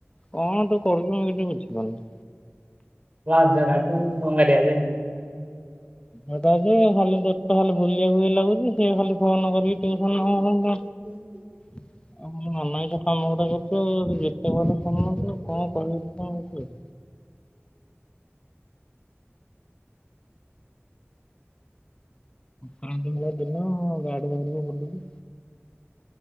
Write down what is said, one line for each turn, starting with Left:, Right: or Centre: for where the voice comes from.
Left: କଣ ତୁ କରୁଛୁ ମୁଁ କିଛି ବୁଝିପାରୁନି।
Right: ହ ଜମ ମଙ୍ଗାରିଆ।
Left: ଅଧଟା ଯେ ଖାଲିୋଟ ଖାଲି ବୁଲିବାକୁ ହଇ ଲାଗୁଛି ସଏ ଖାଲି ଫୋନ କରିକି ଟିକେ
Right: ହ ହୁଁ।
Left: <inaudible> ଆଉ ମନାାଇଛ କାମ ଗୁଡା କରିଛୁ ଯେତେବେ କରୁଛୁ କଣ କହିବି ତ କଣ? ପାଞ୍ଚ ଦିନା ଦିନ ଗାଡି ଧରିକି ବୁଲିବି।